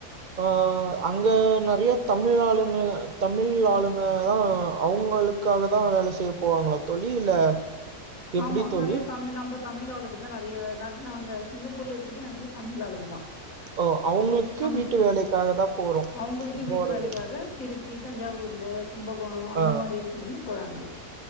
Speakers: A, on the right (about 60°); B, on the left (about 60°).
A: ஆ அங்க நெறையா தமிழ் ஆளுங்க தமிழ் ஆளுங்க தான் அவ்ங்களுக்கு க்காக தான் வேலை செய்ய போவாங்களா தோழி இல்ல எப்டி
B: ஆமா
A: தோழி
B: நெறையா தமிழ் நம்பத் தமிழ் ஆளுங்க தான் நெறையா பேரு நானு நாங்க சிங்கப்பூர்ல இருக்கதே நெறைய தமிழ் ஆளுங்க தான்
A: ஓ அவ்ங்களுக்கு
B: நம்
A: வீட்டு வேலைக்காக தான் போறோம்
B: அவங்களுக்கு
A: போறது
B: வீட்டு வேலைக்காக திருச்சி தஞ்சாவூர்ல கும்பகோணம் அந்த
A: ஆ
B: மாரி இடத்துல இருந்து போறாங்க எல்லா